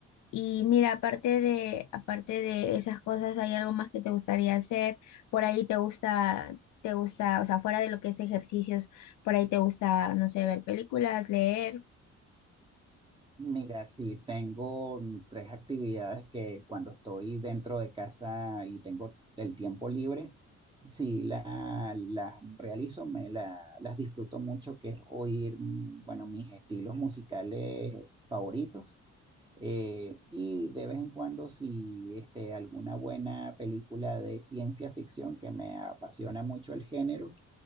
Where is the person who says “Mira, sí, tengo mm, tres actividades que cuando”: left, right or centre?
Right